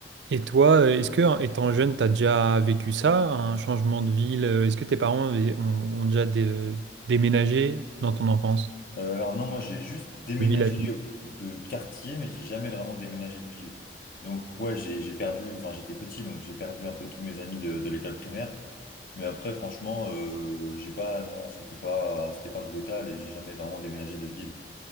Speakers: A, on the right; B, on the left.
A: Et toi, euh, est-ce que, en étant jeune, tu as déjà vécu ça, un changement de ville? euh, Est-ce que tes parents avaient- ont, ont déjà dé- déménagé dans ton enfance,
B: Euh, alors non, moi j'ai juste déménagé
A: de ville à ville
B: de quartier, mais j'ai jamais vraiment déménagé de ville. Donc ouais, j'ai j'ai perdu, enfin j'étais petit, donc j'ai perdu un peu tous mes amis de, de l'école primaire. Mais après, franchement, euh, j'ai pas, non, c'était pas, c'était pas brutal et j'ai jamais vraiment déménagé de ville.